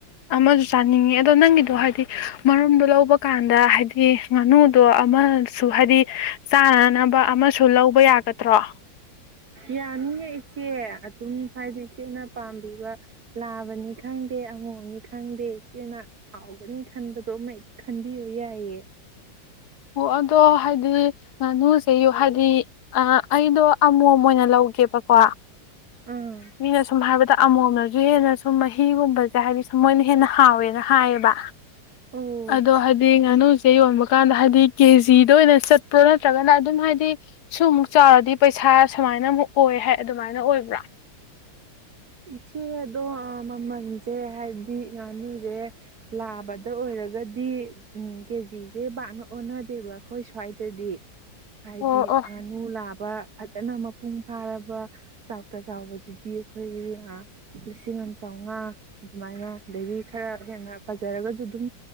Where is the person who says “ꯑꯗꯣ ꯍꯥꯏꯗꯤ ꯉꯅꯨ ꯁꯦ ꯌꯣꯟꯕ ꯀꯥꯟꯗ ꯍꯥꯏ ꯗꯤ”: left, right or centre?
Left